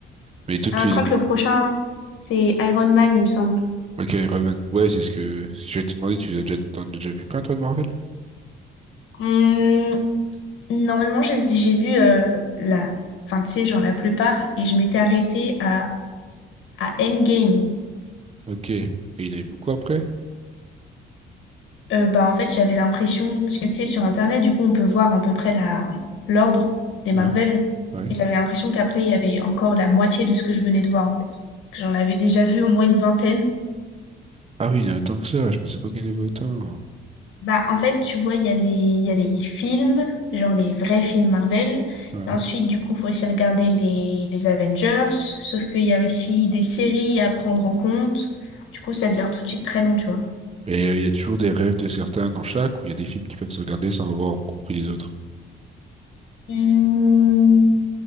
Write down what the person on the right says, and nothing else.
Mais tout, tu
les
as...
Ok, Raven. Ouais, c'est ce que je vais te demander, tu les as déjà... t'en as déjà vu plein toi de Marvel?
Ok. Et il y en avait beaucoup après?
Ouais, ouais.
Ah oui, il y en a autant que ça, je pensais pas qu'il y en avait autant.
Ouais.
Et euh, il y a toujours des rêves de certains dans chaque, ou il y a des films qui peuvent se regarder sans avoir compris les autres.